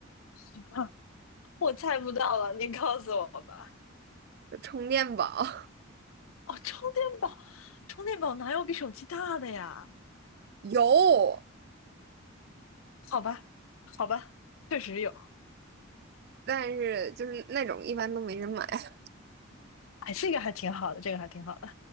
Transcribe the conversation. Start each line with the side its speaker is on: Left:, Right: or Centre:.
Left: <laughs> 我猜不到了，你告诉我吧。
Right: 就充电宝。
Left: 哦，充电宝，充电宝哪有比手机大的呀？
Right: 有，
Left: 好吧，好吧，确实有。
Right: 但是就是那种一般都没人买。<laughs>
Left: 哎，这个还挺好的，这个还挺好的。